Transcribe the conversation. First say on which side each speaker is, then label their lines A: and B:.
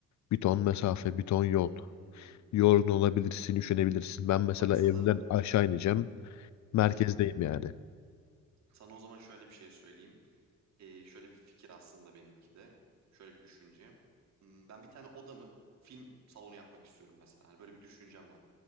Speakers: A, on the left; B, on the right.
A: bir ton mesafe, bir ton yol.
B: Hmm.
A: Yorgun olabilirsin, üşenebilirsin. Ben mesela
B: Bak sana
A: evden aşağı ineceğim. Merkezdeyim
B: Hı hı.
A: yani.
B: Sana o zaman şöyle bir şey söyleyeyim. Ee, şöyle bir fikir aslında benimki de. Şöyle bir düşünce. Hmm, ben bir tane odamı film salonu yapmak istiyorum mesela. Hani böyle bir düşüncem var.